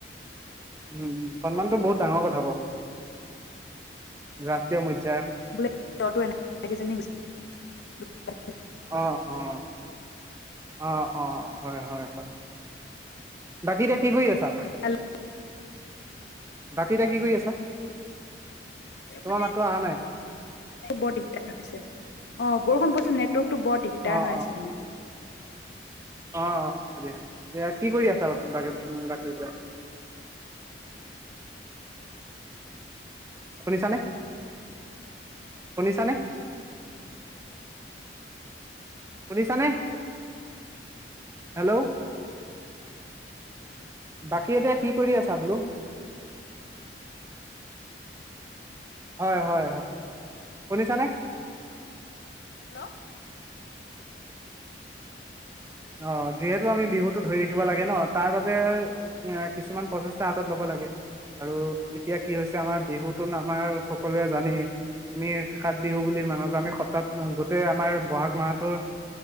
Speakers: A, on the right; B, on the left.
A: উম উম সন্মানটো বহুত ডাঙৰ কথা বাৰু ৰাষ্ট্ৰীয় মধ্য-
B: বলে <unintelligible> এনে কিজনীয়ে গৈছিল অ
A: অ অ অ অ হয় হয় হয় বাকী এতিয়া কি কৰি আছা?
B: হেল্ল'
A: বাকী এতিয়া কি কৰি আছা? তোমাৰ
B: মানে
A: মাতটো অহা নাই
B: বৰ দিগদাৰ হৈছে অ বৰষুণ পৰিছিল নেতৱৰ্ক টো বৰ দিগদাৰ
A: অ
B: হৈ
A: অ
B: আছে মানে
A: অ হ'ব দিয়া এতিয়া কি কৰি আছ বাগে দে শুনিছানে শুনিছানে শুনিছানে হেল্ল' বাকী এতিয়া কি কৰি আছা বোলো হয় হয় হয় শুনিছানে
B: হেল্ল'
A: অ যিহেতু আমি বিহুতটো ধৰি ৰাখিব লাগে ন তাৰ বাবে এ কিছুমান প্ৰচেষ্টা হাতত লব লাগে আৰু এতিয়া কি হৈছে আমাৰ বিহুটো আমাৰ সকলোৱে জানেই আমি সাত বিহু বুলি মানুহক আমি সপ্তাহত গোটেই আমাৰ বহাগ মাহটোৰ